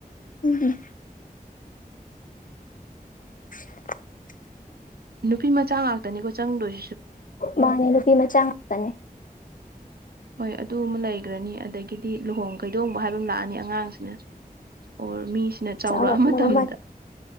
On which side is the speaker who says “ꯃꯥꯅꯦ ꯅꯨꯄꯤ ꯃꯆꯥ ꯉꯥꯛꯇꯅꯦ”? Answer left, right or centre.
Left